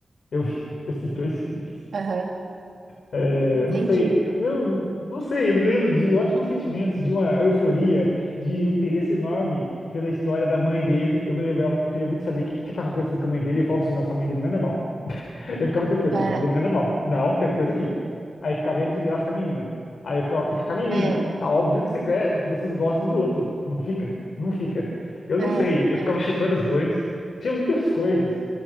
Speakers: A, on the left; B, on the right.
A: eu vi <laughs> esses dois filmes.
B: aham.
A: É,
B: Entendi.
A: não sei, eu me lembro, não sei, eu me lembro de ótimos sentimentos, de uma euforia, de um interesse enorme pela história da mãe dele. Eu me lembrava que eu queria muito saber o que que estava acontecendo com a mãe dele, e eu falava assim, nossa, a mãe dele não é normal. Eu ficava tentando,
B: É,
A: não, mas ele não é normal. Não, tem alguma coisa aqui. Aí ficava ele de graça com a menina. Aí eu ficava, fica com a menina.
B: é,
A: Tá óbvio que você quer, que vocês gostam do outro. Não fica, não fica. Eu
B: é,
A: não sei, eu
B: é.
A: ficava shippando os dois. Tinha muitas coisas.